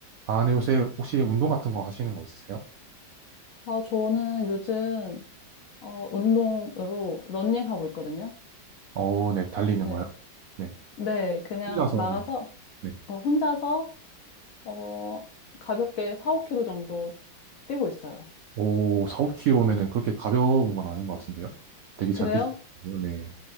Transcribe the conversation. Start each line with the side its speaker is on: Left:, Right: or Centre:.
Right: 아, 네, 요새 혹시 운동 같은 거 하시는 거 있으세요?
Left: 아, 저는 요즘, 어, 운동으로 런닝하고 있거든요.
Right: 어, 네, 달리는
Left: 네.
Right: 거요? 네.
Left: 네, 그냥
Right: 혼자서,
Left: 나가서,
Right: 네, 네.
Left: 어, 혼자서, 어, 가볍게 4, 5 k 로 정도 뛰고 있어요.
Right: 오, 4, 5km면은 그렇게 가벼운 건 아닌 것 같은데요? 되게 잘
Left: 그래요?
Right: 뛰시는데요, 네.